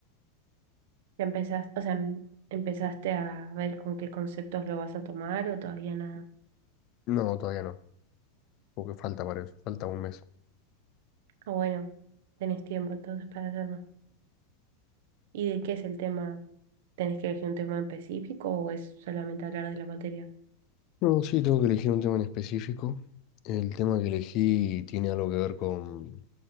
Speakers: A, on the right; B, on the left.
A: ¿Ya empezás, o sea, em- empezaste a ver con qué conceptos lo vas a tomar o todavía nada?
B: No, todavía no, porque falta para eso, falta un mes.
A: Ah, bueno, tenés tiempo entonces para hacerlo. ¿Y de qué es el tema? ¿Tenés que elegir un tema en específico o es solamente hablar de la materia?
B: No, sí, tengo que elegir un tema en específico. El tema que elegí tiene algo que ver con